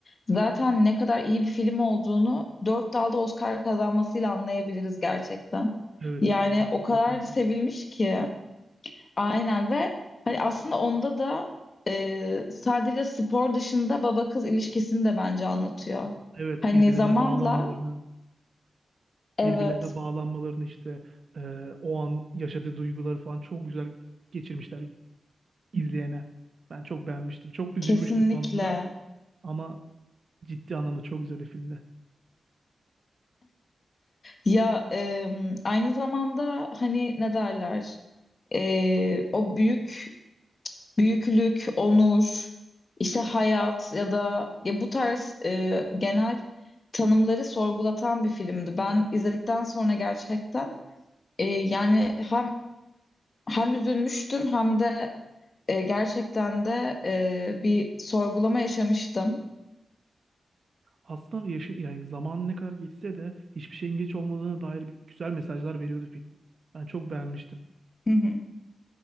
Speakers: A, on the left (about 40°); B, on the right (about 50°).
A: zaten ne kadar iyi bir film olduğunu dört dalda Oscar kazanmasıyla anlayabiliriz gerçekten.
B: Evet
A: Yani
B: cidden çok
A: o kadar
B: iyi filmdi.
A: sevilmiş ki. Aynen ve hani aslında onda da e, sadece spor dışında baba kız ilişkisini de bence anlatıyor.
B: Evet
A: Hani
B: birbirlerine
A: zamanla
B: bağlanmalarını,
A: evet
B: birbirlerine bağlanmalarını işte e, o an yaşadığı duyguları falan çok güzel geçirmişler izleyene. Ben çok beğenmiştim. Çok üzülmüştüm
A: kesinlikle
B: sonunda ama ciddi anlamda çok güzel bir filmdi.
A: Ya em, aynı zamanda hani ne derler? E, o büyük büyüklük, onur, işte hayat ya da ya bu tarz e, genel tanımları sorgulatan bir filmdi. Ben izledikten sonra gerçekten e, yani hem hem üzülmüştüm hem de e, gerçekten de e, bir sorgulama yaşamıştım.
B: Aslında yaşın yani zaman ne kadar geçse de hiçbir şeyin geç olmadığına dair bir, güzel mesajlar veriyordu film. Ben çok beğenmiştim.
A: Hı hı.